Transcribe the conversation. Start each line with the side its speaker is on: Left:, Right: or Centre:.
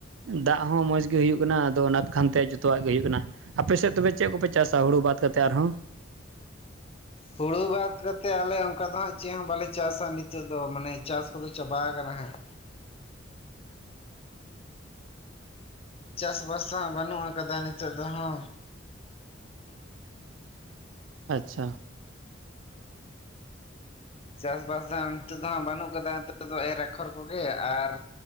Right: ᱫᱟᱜ ᱦᱚᱸ ᱢᱚᱡᱽ ᱜᱮ ᱦᱩᱭᱩᱜ ᱠᱟᱱᱟ ᱟᱫᱚ ᱚᱱᱟ ᱠᱷᱟᱱᱛᱮ ᱡᱚᱛᱚᱣᱟᱜ ᱜᱮ ᱦᱩᱭᱩᱜ ᱠᱟᱱᱟ ᱟᱯᱮ ᱥᱮᱫ ᱛᱚᱵᱮ ᱪᱮᱫ ᱠᱚᱯᱮ ᱪᱟᱥᱟ ᱦᱩᱲᱩ ᱵᱟᱫ ᱠᱟᱛᱮ ᱟᱨᱦᱚᱸ?
Left: ᱦᱩᱲᱩ ᱵᱟᱫ ᱠᱟᱛᱮ ᱟᱞᱮ ᱚᱱᱠᱟ ᱫᱚ ᱦᱟᱸᱜ ᱪᱮᱫ ᱦᱚᱸ ᱵᱟᱞᱮ ᱪᱟᱥᱟ ᱱᱤᱛᱚᱜ ᱫᱚ ᱢᱟᱱᱮ ᱪᱟᱥ ᱠᱚᱫᱚ ᱪᱟᱵᱟ ᱟᱠᱟᱱᱟ ᱦᱟᱸᱜ ᱪᱟᱥᱵᱟᱥ ᱫᱚ ᱦᱟᱸᱜ ᱵᱟᱹᱱᱩᱜ ᱠᱟᱫᱟ ᱱᱤᱛᱚᱜ ᱫᱚ ᱦᱚ
Right: ᱟᱪᱪᱷᱟ
Left: ᱪᱟᱥᱵᱟᱥ ᱫᱚ ᱦᱟᱸᱜ ᱱᱤᱛᱚᱜ ᱫᱚ ᱦᱟᱜ ᱵᱟᱹᱱᱩᱜ ᱠᱟᱫᱟ ᱱᱤᱛ ᱫᱚ ᱮᱨ ᱮᱠᱷᱚᱨ ᱠᱚᱜᱮ ᱟᱨ